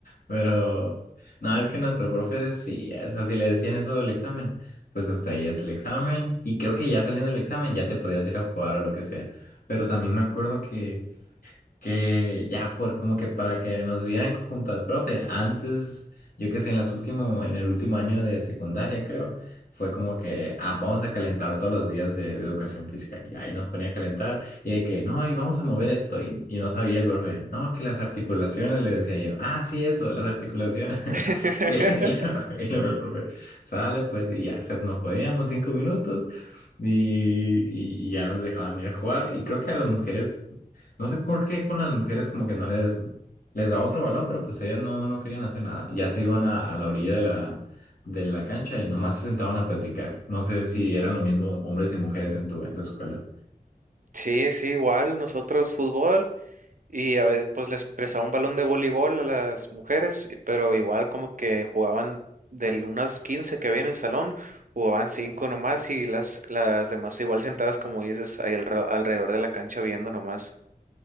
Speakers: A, on the left (about 65°); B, on the right (about 60°).
A: pero, no, es que nuestro profe sí, o sea, si le decían eso del examen, pues hasta ahí es el examen, y creo que ya saliendo del examen ya te podías ir a jugar o lo que sea. Pero también me acuerdo que que ya por como que para que nos vieran junto al profe. Antes, yo que sé, en las último, en el último año de secundaria, creo, fue como que, ah, vamos a calentar todos los días de, de educación física. Y ahí nos ponía a calentar y de que, no, y vamos a mover esto. Y, y no sabía el profe, no, que las articulaciones, le decía yo, ah, sí, eso, las articulaciones. <laughs>
B: <laughs>
A: Y, él- y luego el profe, sale, pues, y ya se, nos podíamos cinco minutos. Y, y- y ya nos dejaban ir a jugar. Y creo que a las mujeres no sé por qué con las mujeres como que no les, les da otro balón, pero pues ellas no, no querían hacer nada. Ya se iban a, a la orilla de la, de la cancha y nomás se sentaban a platicar. No sé si eran lo mismo hombres y mujeres en tu, en tu escuela.
B: Sí, sí, igual, nosotros fútbol. Y a veces pues les prestaba un balón de voleibol a las mujeres, y- pero igual como que jugaban de unas 15 que había en el salón, jugaban cinco nomás y las, las demás igual sentadas como dices ahí alre- alrededor de la cancha viendo nomás.